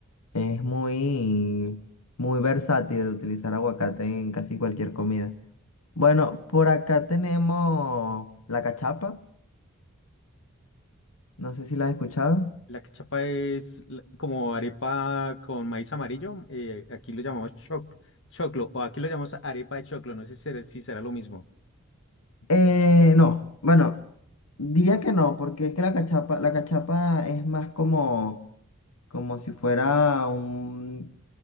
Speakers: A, on the left; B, on the left.
A: es muy, muy versátil utilizar aguacate en casi cualquier comida. Bueno, por acá tenemos la cachapa. No sé si la has escuchado.
B: La cachapa es la- como arepa con maíz amarillo. eh, aquí lo llamamos choc- choclo o aquí lo llamamos arepa de choclo. No sé si será, si será lo mismo.
A: Eh, no. Bueno. Diría que no, porque es que la cachapa, la cachapa es más como, como si fuera un,